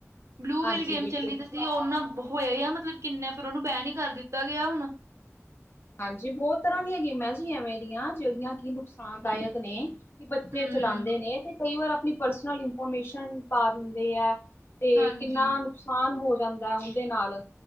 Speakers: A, on the right; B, on the left.
A: ਬਲੂ
B: ਹਾਂਜੀ
A: ਵੇਲ ਗੇਮ
B: ਬਿਲਕੁਲ
A: ਚੱਲੀ
B: ਬਿਲਕੁਲ
A: ਤਾਂ ਸੀ। ਉਹਨਾ ਹੋਇਆ ਹੀ ਆ ਮਤਲਬ ਕਿੰਨਾ ਫਿਰ ਉਹਨੂੰ ਬੈਨ ਹੀ ਕਰ ਦਿੱਤਾ ਗਿਆ। ਹੁਣ
B: ਹਾਂਜੀ, ਬਹੁਤ ਤਰ੍ਹਾਂ ਦੀਆਂ ਗੇਮਾਂ ਜੀ ਐਵੇਂ ਦੀਆਂ ਜਿਹੜੀਆਂ ਕਿ ਨੁਕਸਾਨਦਾਇਕ ਨੇ ਕਿ ਬੱਚੇ
A: ਹੂੰ,
B: ਚਲਾਉਂਦੇ ਨੇ, ਤੇ ਕਈ ਵਾਰ ਆਪਣੀ ਪਰਸਨਲ ਇਨਫੋਰਮੇਸ਼ਨ ਪਾ ਦਿੰਦੇ ਹੈ। ਤੇ,
A: ਹਾਂਜੀ।
B: ਕਿੰਨਾ ਨੁਕਸਾਨ ਹੋ ਜਾਂਦਾ। ਉਹਦੇ ਨਾਲ